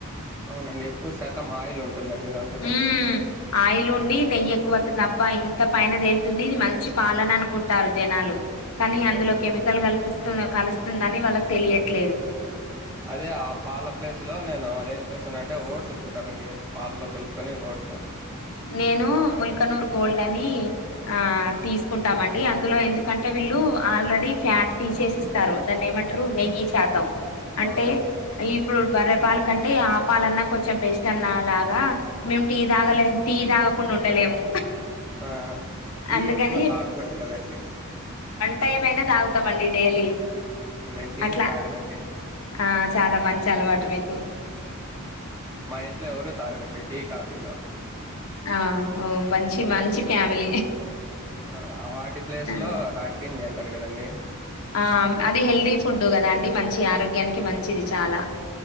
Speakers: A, on the right (about 15°); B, on the left (about 70°).
A: అవునండి ఎక్కువ శాతం ఆయిల్ ఉంటుందండిది అందులో
B: హ్మ్ ఆయిల్ ఉండి నెయ్యి ఎక్కువ అత్తంది డబ్బా ఇంత పైన తేలుతుంది ఇది మంచి పాలన అనుకుంటారు జనాలు కానీ అందులో
A: అవును
B: కెమికల్ కల్పిస్తు కలుస్తుందని వాళ్ళకి తెలియట్లేదు
A: అదే ఆ పాల ప్లేస్ లో నేను ఏం చేస్తానంటే ఓట్స్ తింటానండి పాాలల్లో కలుపుకుని అట్లా
B: నేను ముల్కనూర్ గోల్డ్ అని ఆ తీసుకుంటామండి అందులో ఎందుకంటే ఆల్లూ ఆల్రెడీ ఫ్యాట్ తీసేసి ఇస్తారు దాన్ని ఏమంటారు నెయ్యి శాతం అంటే
A: అవునండి
B: ఇప్పుడు బర్రెపాల కంటే ఆ పాలన్నా కొంచెం బెస్ట్ అన్నా అలాగా మేమి టీ దాగలే టీ తాగకుండా ఉండలేము
A: ఆ టీ
B: అందుకని
A: ఎక్కువ తాగకూడదు కదాండీ
B: ఫైవ్ అయినా తాగుతామండి డైలీ
A: నేను టీ
B: అట్లా
A: నే తాగనండి
B: ఆ చాలా మంచి అలవాటు మీకు
A: మా ఇంట్లో ఎవరు తాగరండి టీ కాఫీలు
B: ఆఓ మంచి మంచి ఫ్యామిలీ
A: ఆ వాటి ప్లేస్
B: ఆ
A: లో రాగి గంజి అంటారు కదండి
B: ఆ అది హెల్దీ ఫుడ్డు కదా అండి మంచి ఆరోగ్యానికి మంచిది చాలా